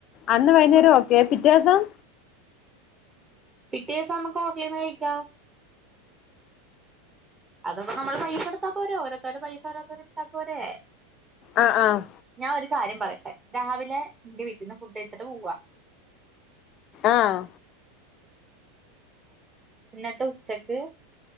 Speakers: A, on the left; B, on the right.
A: അന്ന് വൈകുന്നേരം ഓക്കെ പിറ്റേദിവസം
B: പിറ്റേ ദിവസം നമുക്ക് ഹോട്ടലിൽ നിന്ന് കഴിക്കാ അതൊക്കെ നമ്മള് പൈസ എടുത്താ പോര ഓരത്തരു പൈസ ഓരോത്തരടെടുത്തൽ പോരേ
A: ആഹ് ആഹ്
B: ഞാൻ ഒരു കാര്യം പറയട്ടെ രാവിലെ ഇന്റെ വീട്ടീന്ന് ഫുഡ് കഴച്ചിട്ട് പോവാ
A: ആഹ്
B: എന്നിട്ട് ഉച്ചക്ക്